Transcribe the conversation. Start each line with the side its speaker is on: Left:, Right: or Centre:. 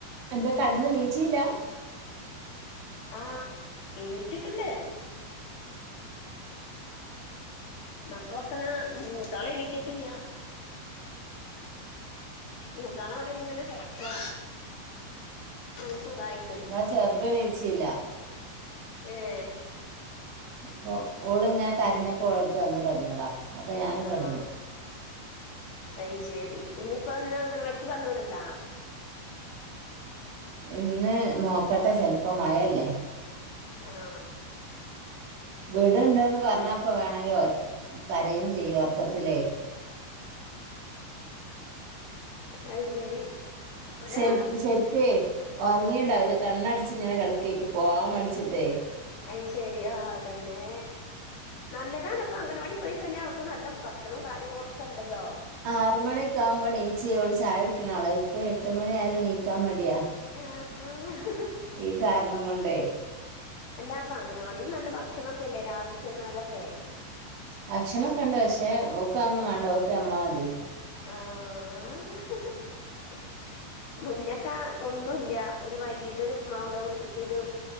Right: എന്ത കടന്ന് നീച്ചില്ല
Left: ആ എണീറ്റിട്ടുണ്ട് മക്കളൊക്കെതാ മൂത്താള് എണിറ്റിട്ടില്ല മൂത്താള് അവിടെ ഇങ്ങനെ കിടക്കാ നല്ല സുഖായിട്ട്
Right: ആ ചെറ്തെണീച്ചില്ല
Left: ഏഹ്
Right: അപ്പൊ ഓള് ഇങ്ങനെ കരഞ്ഞപ്പോ ഓളടുത്ത് വന്ന് കിടന്നതാ അപ്പൊ ഞാനും
Left: ആഹ്
Right: കിടന്ന്
Left: അയ് ശെരി ഇനിയിപ്പ ഇന്ന് അംഗനവാടിക്ക് പറഞ്ഞു വിട്ണ്ട?
Right: ഇന്ന് നോക്കട്ടെ ചിലപ്പം മഴയല്ലേ.?
Left: ആഹാ.
Right: വീടുണ്ട് ന്ന് പറഞ്ഞപ്പ
Left: മടി
Right: വേണെങ്കിൽ കരയും ചെയ്യും ഉറക്കത്തിലെ
Left: അത് ശരി ഇവിടെ
Right: ശൽ ശരിക്കേ ഉറങ്ങിയുണ്ടാവില്ല
Left: ആഹ്
Right: കണ്ണടച്ച്ങ്ങനെ കടക്കേക്കും. പോവാം മടിച്ചിട്ടേ.
Left: അയ് ശരി ആ അതെതന്നെ. നല്ലതാണ് ഇപ്പൊ അംഗൻവാടി പോയി കഴിഞ്ഞാൽ അവർക്ക് നല്ല ഭക്ഷണോ കാര്യങ്ങള് ഒക്കെ ഉണ്ടല്ലോ.
Right: ആറ മണിയക്ക ആകുമ്പോൾ നീച്ചി ഓള് ചായ കുടിക്കുന്ന ആളാ ഇപ്പൊ എട്ട് മണിയ ആയാലോ നീക്കാൻ മടിയാ
Left: ആഹ ആഹാ...
Right: ഈ കാരണം കൊണ്ടേ.
Left: അല്ല പ്പൊ അംഗനവാടി നല്ല ഭക്ഷണൊക്കെ അല്ലേ രാവിലെ ചെന്നാലൊക്കെ
Right: ഭക്ഷണൊക്കെ ഉണ്ട് പക്ഷേ ഓക്ക് അത് ഒന്നും വേണ്ട ഓക്കെ നമ്മളെ മതി
Left: ആഹാ.. മുന്നേക്കെ ഒന്നുമല്ല ഒരു വൈകീട്ട് ഒരു ഉപ്പുമാവ് ഉണ്ടാകും ഉച്ചക്കൊരു-